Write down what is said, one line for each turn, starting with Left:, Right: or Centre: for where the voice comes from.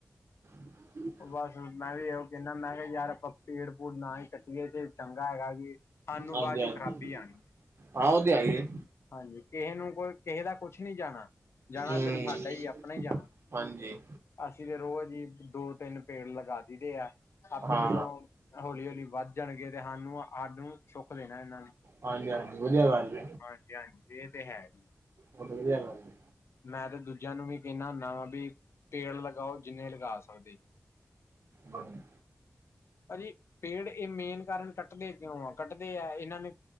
Right: <unintelligible>
Left: ਔ ਬਸ ਮੈਂ ਵੀ ਐਇਓ ਕੈਨਾ ਮੈਂ ਕਿਆ ਯਾਰ ਆਪਾਂ ਪੇੜ-ਪੂੜ ਨਾ ਈ ਕੱਟੀਏ ਤੇ ਚੰਗਾ ਹੈਗਾ ਵੀ ਸਾਨੂੰ
Right: ਹਾਂਜੀ
Left: ਬਾਦ ਚੋਂ
Right: ਹਾਂਜੀ
Left: ਖਰਾਬੀ ਆਣੀ ਏ।
Right: ਹਾਂ ਔ ਤੇ ਐ ਈ ਏ।
Left: ਹਾਂਜੀ, ਕਿਹੇ ਨੂੰ ਕੋ ਕਿਹੇ ਦਾ ਕੁਛ ਨੀ ਜਾਣਾ, ਜਾਣਾ
Right: ਹੂੰ
Left: ਸਿਰਫ ਹਾਡਾ ਈ, ਆਪਣਾ ਈ ਜਾਣਾ।
Right: ਹਾਂਜੀ
Left: ਅਸੀ ਤੇ ਰੋਜ਼ ਈ ਦੋ-ਤਿੰਨ ਪੇੜ ਲਗਾ ਦੀਦੇ ਆ। ਆਪੇ
Right: ਹਾਂ
Left: ਜਦੋਂ ਹੌਲੀ-ਹੌਲੀ ਵੱਧ ਜਾਣਗੇ ਤੇ ਹਾਨੂੰ, ਆਨੂੰ ਸੁੱਖ ਦੇਣਾ ਏਨਾਂ ਨੇ ਈ।
Right: ਹਾਂਜੀ ਹਾਂਜੀ ਵਧੀਆ ਗੱਲ
Left: ਹਾਂਜੀ-ਹਾਂਜੀ ਏ ਤੇ ਹੈ ਈ।
Right: ਔ ਵਧਿਆ ਗੱਲ ਏ।
Left: ਮੈਂ ਤੇ ਦੂਜਿਆਂ ਨੂੰ ਵੀ ਕੇਂਨਾ ਹੁੰਨਾ ਵਾ ਬਈ ਤੇਲ ਲਗਾਔ ਜਿੰਨੇ ਲਗਾ ਸਕ ਦੇ।
Right: ਹੂੰ,
Left: ਪਾ ਜੀ ਪੇੜ ਏ ਮੇਨ ਕਾਰਨ ਕੱਟਦੇ ਕਿਉਂ ਆ, ਕੱਟਦੇ ਆ। ਏਨਾਂ ਨੇ